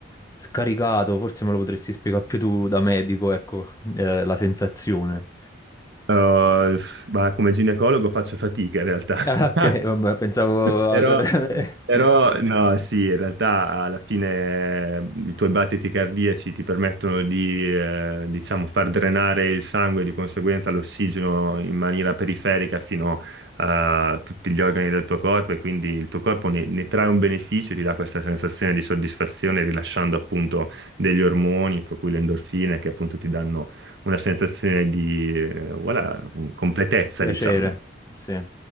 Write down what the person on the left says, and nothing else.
scaricato, forse me lo potresti spiegare più tu da medico, ecco, eh, la sensazione.
Ah, ok,
vabbè, pensavo...
<laughs> cioè, <laughs>
Piacere,
sì.